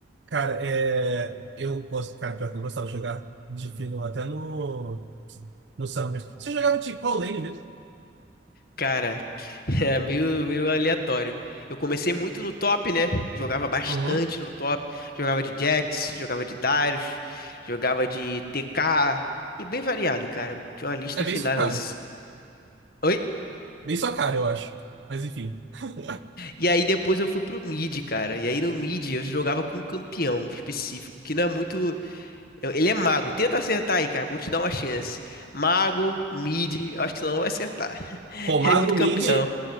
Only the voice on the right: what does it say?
cara, é... eu posso Cara, pior que eu gostava de jogar de Fiddle até no, no Summer. Você jogava de qual lane mesmo?
Uhum.
É
bem sua cara.
Bem sua cara, eu acho. Mas enfim. <laughs>
Pô, Mago
Mid.